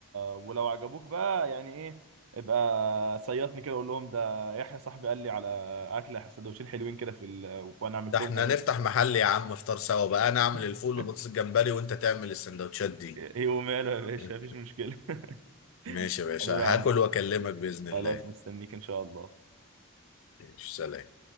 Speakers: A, on the right; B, on the left.
A: ولو عجبوك بقى يعني ايه ابقى صيطني كده قول لهم ده يحيى صاحبي قال لي على اكله سندوتشين حلوين كده في ال... <laughs> وانا عملتهم
B: ده احنا
A: عجبوك
B: نفتح محل يا عم افطار سوا بقى انا اعمل
A: <laughs>
B: الفول وبطاطس الجمبري وانت تعمل السندوتشات دي
A: ايه وماله يا باشا
B: <laughs>
A: مفيش مشكله
B: ماشي
A: <laughs>
B: يا باشا
A: حبيبي يا عم
B: هاكل
A: أحمد.
B: واكلمك بإذن الله
A: خلاص مستنيك ان شاء الله
B: ماشي سلام